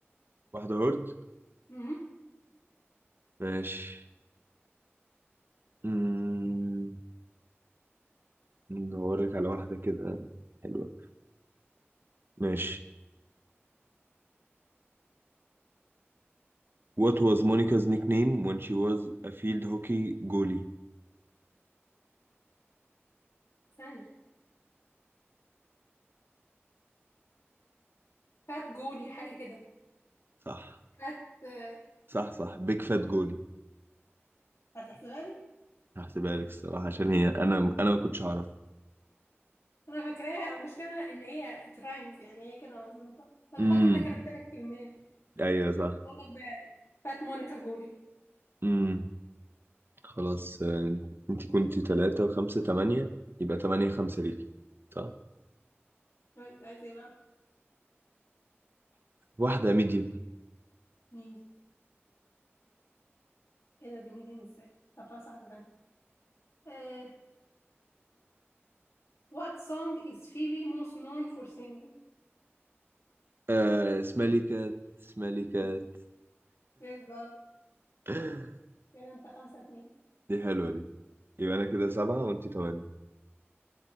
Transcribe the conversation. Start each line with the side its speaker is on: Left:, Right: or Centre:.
Right: واحدة هورد
Left: مهم.
Right: ماشي مم، ندور لك على واحدة كده حلوة ماشي What was Monica's nickname when she was a field hockey goalie
Left: ثانية فات جولي حاجة كده
Right: صح
Left: فات آه،
Right: صح صح big fat goalie
Left: هتحسبها لي؟
Right: هحسبها لك الصراحة عشان هي أنا أنا ما كنتش أعرف
Left: أنا فاكراها المشكلة إن هي ترايمز يعني هي كده مظبوطة أنا
Right: امم
Left: فاكرة إنها كانت تلات كلمات
Right: أيوة صح
Left: أقول لك بقى فات مونيكا جولي
Right: امم خلاص آه، أنت كنت تلاتة وخمسة تمانية يبقى تمانية خمسة ليكي صح
Left: عايزة إيه بقى؟
Right: واحدة ميديوم
Left: ميدي إيه ده دي ميدي مش إزاي؟ طب خلاص واحدة تانية آه، What song is Phoebe most known for singing؟
Right: آه اسمها لي كات اسمها لي كات
Left: <laughs> بالظبط
Right: <laughs>
Left: كده انت خمسة اتنين
Right: دي حلوة دي يبقى أنا كده سبعة وأنتي تمانية